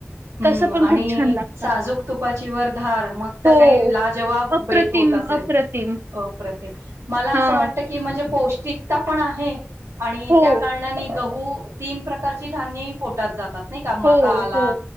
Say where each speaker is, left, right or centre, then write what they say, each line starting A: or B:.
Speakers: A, on the right; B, on the right.
A: हम्म
B: तसं पण
A: आणि
B: खूप छान लागतं.
A: साजूक तुपाची वर धार मग तर
B: हो.
A: काय लाजवाब
B: अप्रतिम,
A: बेत होत अस तय
B: अप्रतिम.
A: अप्रतिम मला
B: हां.
A: अस वाटतय कि म्हणजे पौष्टिकता पण आहे आणि
B: हो,
A: त्या कारणाने गहू तीन प्रकारची धान्यही पोटात जातात नाही का मका
B: हो,
A: आला
B: हो,